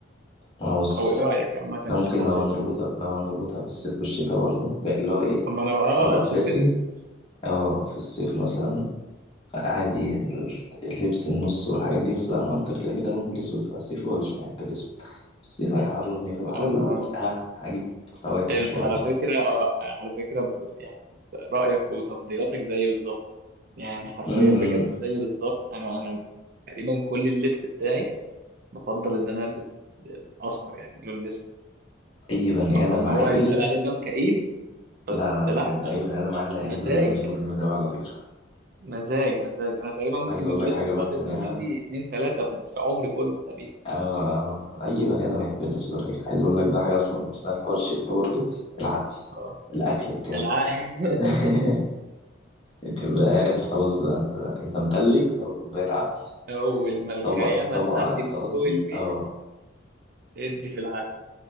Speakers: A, on the left; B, on the right.
A: ما هو بص
B: او ايه رايك عامه
A: إحنا
B: في
A: ممكن
B: المواضيع
A: لو هنربطها
B: دي
A: لو هنربطها بالصيف والشتاء برضه بقى اللي هو ايه
B: طب ما انا بقى آه،
A: ورق
B: آه، اقصد
A: اساسي
B: كده
A: اه في الصيف مثلا عادي اللبس النص والحاجات دي بس لا انا اكتر كده كده لون الاسود فالصيف ولا الشتاء احب الاسود الصيف هيحررني فبحاول
B: انا
A: ها اجيب فواتح
B: انت
A: شويه
B: على فكره آه على فكره ب- يعني رايك وتفضيلاتك زي بالظبط يعني حرفيا
A: امم
B: بجد زي بالظبط انا انا تقريبا كل اللبس بتاعي بفضل ان انا البس اسمر يعني لون اسود
A: اي بني
B: رغم
A: ادم
B: ان هو
A: عاقل
B: يتقال عليه لون كئيب
A: لا لا
B: بس لا
A: بجد اي بني ادم عاقل هيحب
B: مزاج
A: اللون الاسود جامد اوي على فكره
B: مزاج مزاج انا تقريبا ممكن
A: عايز اقول
B: اللبس
A: لك حاجه
B: الابيض
A: بنسيناها
B: اللي عندي اتنين ثلاثه في نصف عمري كله تقريبا
A: آه اي بني ادم يحب الاسود على فكره عايز اقول لك بقى حاجه اصلا بنسيناها في حوار الشتاء ده برضو العدس
B: آه.
A: الاكل بتاعه
B: الع...
A: <laughs>
B: <laughs>
A: انت بقى قاعد خلاص بقى انت انت متلج تاخد كوبايه عدس
B: اول ما الغيامه
A: طبق طبق
B: تعدي
A: عدس
B: من
A: قصدي
B: فوق البيت
A: اه
B: ادي في العسل